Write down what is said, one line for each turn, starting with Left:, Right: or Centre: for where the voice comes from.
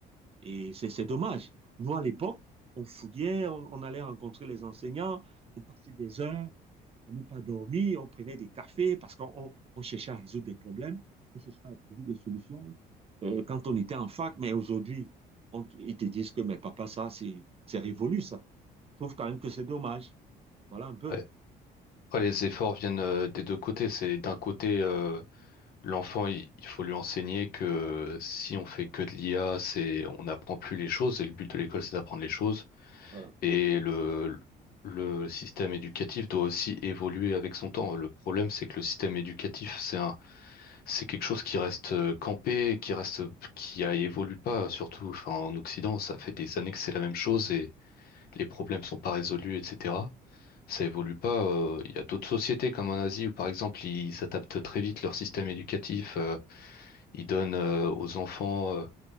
Right: Et c'est c'est dommage. Nous, à l'époque, on fouillait, on, on allait rencontrer les enseignants, on passait des heures à ne pas dormir, on prenait des cafés parce qu'on on- on cherchait à résoudre des problèmes, on cherchait à trouver des solutions euh, quand on était en fac. Mais aujourd'hui, on- ils te disent que, mais papa, ça, c'est c'est révolu, ça. Je trouve quand même que c'est dommage. Voilà un peu.
Left: ouais. Après, les efforts viennent euh, des deux côtés. C'est d'un côté, euh, l'enfant, il, il faut lui enseigner que euh, si on fait que de l'IA, c'est, on n'apprend plus les choses. Et le but de l'école, c'est d'apprendre les choses.
Right: Voilà.
Left: Et le, le système éducatif doit aussi évoluer avec son temps. Le problème, c'est que le système éducatif, c'est un, c'est quelque chose qui reste euh, campé, qui reste, qui a- évolue pas, surtout, enfin, en Occident, ça fait des années que c'est la même chose et les problèmes sont pas résolus, etc. Ça évolue pas. euh, Il y a d'autres sociétés comme en Asie où, par exemple, ils adaptent très vite leur système éducatif. euh, ils donnent euh, aux enfants, euh,